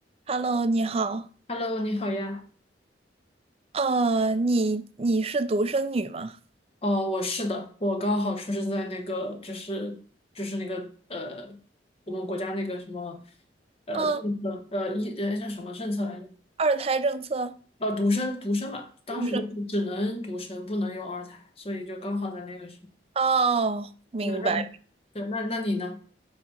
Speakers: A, on the right (about 35°); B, on the left (about 35°).
A: Hello，你好。
B: Hello，你好呀。
A: 呃，你你是独生女吗？
B: 哦，我是的，我刚好出生在那个，就是就是那个呃，我们国家那个什么呃政策，
A: 嗯，
B: 呃一呃叫什么政策来着？
A: 二胎政策，
B: 呃，独生独生嘛，当时就不只能独生，
A: 独生。
B: 不能有二胎，所以就刚好在那个时候。
A: 哦，明白。
B: 那那对，那那你呢？